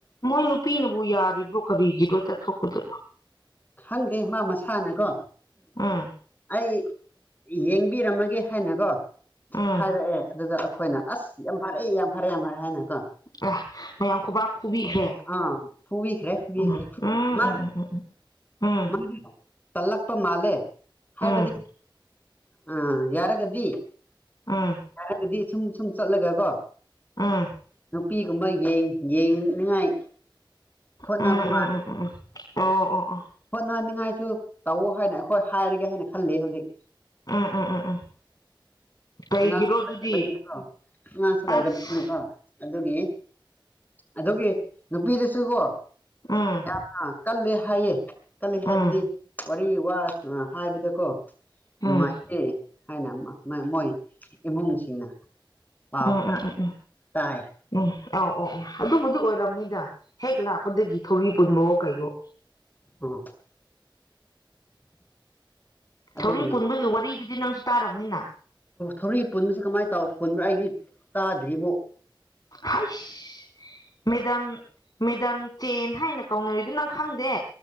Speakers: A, on the left (about 50°); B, on the left (about 20°).
A: ꯃꯣꯏ ꯅꯨꯄꯤꯅꯕꯨ ꯌꯥꯔꯤꯕ꯭ꯔꯣ ꯀꯔꯤꯒꯤꯅꯣ ꯆꯠꯊꯣꯛꯄꯗꯨ
B: ꯈꯪꯗꯦ ꯃꯥ ꯃꯁꯥꯅꯀꯣ
A: ꯎꯝ
B: ꯑꯩ ꯌꯦꯡꯕꯤꯔꯝꯃꯒꯦ ꯍꯥꯏꯅꯀꯣ
A: ꯎꯝ
B: ꯍꯥꯏꯔꯛꯑꯦ ꯑꯗꯨꯗ ꯑꯩꯈꯣꯏꯅ ꯑꯁ ꯌꯥꯝ ꯐꯔꯦ ꯌꯥꯝ ꯐꯔꯦ ꯌꯥꯝ ꯐꯔꯦ ꯍꯥꯏꯅ ꯀꯣ
A: ꯑꯦ ꯃꯌꯥꯝ ꯈꯨꯕꯥꯛ ꯈꯨꯕꯤꯈ꯭ꯔꯦ
B: ꯑꯥ ꯍꯨꯕꯤꯈ꯭ꯔꯦ ꯍꯨꯈ꯭ꯔꯦ
A: ꯎꯝ ꯎꯝ
B: ꯃꯥ
A: ꯎꯝ ꯎꯝ
B: ꯃꯥ ꯇꯜꯂꯛꯄꯥ ꯃꯥꯜꯂꯦ ꯍꯥꯏꯕꯗꯤ
A: ꯎꯝ
B: ꯑꯥ ꯌꯥꯔꯒꯗꯤ
A: ꯎꯝ
B: ꯍꯥꯏꯔꯒꯗꯤ ꯁꯨꯝ ꯁꯨꯝ ꯆꯠꯂꯒꯥ ꯀꯣ
A: ꯎꯝ
B: ꯅꯨꯄꯤꯒꯨꯝꯕ ꯌꯦ ꯌꯦꯡꯅꯤꯡꯉꯥꯏ ꯍꯣꯠꯅꯕ
A: ꯎꯝ ꯎꯝ ꯎꯝ ꯎꯝ ꯎꯝ
B: ꯃꯥ
A: ꯎꯝ ꯎꯝ ꯑꯣ ꯑꯣ ꯑꯣ
B: ꯍꯣꯠꯅꯟꯤꯡ ꯉꯥꯏꯁꯨ ꯇꯧꯋ ꯍꯥꯏꯅ ꯑꯩꯈꯣꯏ ꯍꯥꯏꯔꯒꯦ ꯍꯥꯏꯅ ꯈꯜꯂꯤ ꯍꯧꯖꯤꯛ
A: ꯎꯝ ꯎꯝ ꯎꯝ ꯀꯩꯒꯤꯔꯣ
B: ꯑꯉꯥꯡꯁꯨ
A: ꯑꯗꯨꯗꯤ
B: ꯂꯩꯕꯅꯀꯣ ꯑꯉꯥꯡꯁꯨ
A: ꯑꯁ
B: ꯂꯩꯒꯕꯅꯤꯅ ꯀꯣ ꯑꯗꯨꯒꯤ ꯑꯗꯨꯒꯤ ꯅꯨꯄꯤꯗꯨꯁꯨ ꯀꯣ
A: ꯎꯝ
B: ꯌꯥ ꯀꯜꯂꯦ ꯍꯥꯏꯌꯦ ꯀꯜꯂꯤ
A: ꯎꯝ
B: ꯍꯥꯏꯕꯗꯤ ꯋꯥꯔꯤ ꯋꯥ ꯍꯥꯏꯕꯗꯀꯣ
A: ꯎꯝ ꯎꯝ
B: ꯅꯨꯡꯉꯥꯏꯇꯦ ꯍꯥꯏꯅ ꯃꯣꯏ ꯏꯃꯨꯡꯁꯤꯡꯅ ꯄꯥꯎ
A: ꯎꯝ
B: ꯈꯔ
A: ꯎꯝ ꯎꯝ
B: ꯇꯥꯏ
A: ꯎꯝ ꯑꯧ ꯑ ꯑꯣ ꯑꯗꯨꯕꯨꯗꯤ ꯑꯣꯏꯔꯝꯅꯤꯗ ꯍꯦꯛ ꯂꯥꯛꯄꯗꯒꯤ ꯊꯧꯔꯤ ꯄꯨꯟꯕꯣ ꯀꯩꯌꯣ
B: <unintelligible> ꯑꯗꯨꯒꯤ
A: ꯊꯧꯔꯤ ꯄꯨꯟꯕꯒꯤ ꯋꯥꯔꯤꯗꯨꯗꯤ ꯅꯪꯁꯨ ꯇꯥꯔꯕꯅꯤꯅ
B: ꯊꯧꯔꯤꯛ ꯄꯨꯟꯕꯁꯤ ꯀꯃꯥꯏꯅ ꯇꯧ ꯄꯨꯟꯕ꯭ꯔꯥ ꯑꯩꯗꯤ ꯇꯥꯗ꯭ꯔꯤꯕ
A: ꯍꯥꯏꯁ ꯃꯦꯗꯝ ꯃꯦꯗꯝ ꯆꯦꯟ ꯍꯥꯏꯅ ꯀꯧꯅꯔꯤꯗꯨ ꯅꯡ ꯈꯪꯗꯦ